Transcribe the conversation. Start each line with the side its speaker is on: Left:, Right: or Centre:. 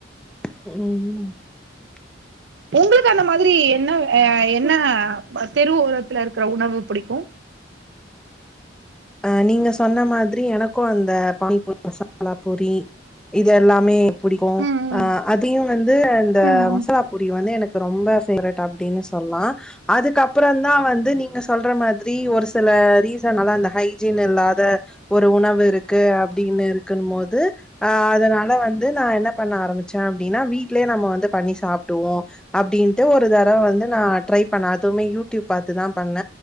Centre: உஹ் ம்
Right: உங்களுக்கு அந்த மாதிரி என்ன அ என் என்ன அ தெருவோரத்துல இருக்குற உணவு புடிக்கு
Centre: அஹ் நீங்க சொன்ன மாதிரி எனக்கு அந்த பானிபூரி மசாலா பூரி இது எல்லாமே புடிக்கு
Right: ம் ம்
Centre: அ அதையு வந்து இந்த
Right: ம்
Centre: மசாலா பூரி வந்து எனக்கு ரொம்ப பேவரட் அப்படின் சொல்லா அதுக்கப்பறந்தா வந்து ந்து நீங்க சொல்ற மாதிர் தி ஒரு சில ரீசன் நல்லால்ல ஹைஜீன் இல்லாத ஒரு உணவு இருக்கு அப்படின்னு இருக்குன் போது ஆ அதனால வந்து நா என்ன பண்ண ஆரம்பிச்சே அப்படின்னா வீட்லயே நம்ம வந்து பண்ணி சாப்டுவோ அப்படின்ட்டு ஒரு தடவ வந்து நா ட்ரை பண்ண அதுவுமே யூடியூப் பாத்துதா பண்ண